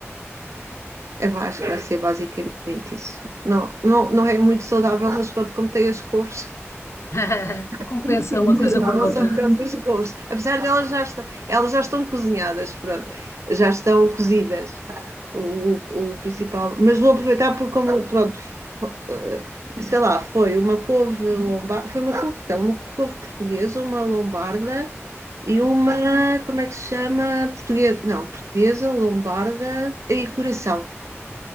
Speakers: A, on the right; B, on the left.
A: eu acho que vai ser basicamente isso. Não, não, não é muito saudável, mas pronto, como tem as couves,
B: <laughs> Compensa
A: <laughs>
B: uma coisa
A: não
B: com a outra.
A: só por causa das couves. Apesar de elas já estão, elas já estão cozinhadas, pronto, já estão cozidas, o, o, o principal. Mas vou aproveitar porque como, pronto, eh, sei lá, foi uma couve lombarda, foi uma couve, não, uma couve portuguesa, uma lombarda E uma, como é que se chama? Portuguesa, não, portuguesa, lombarda e coração.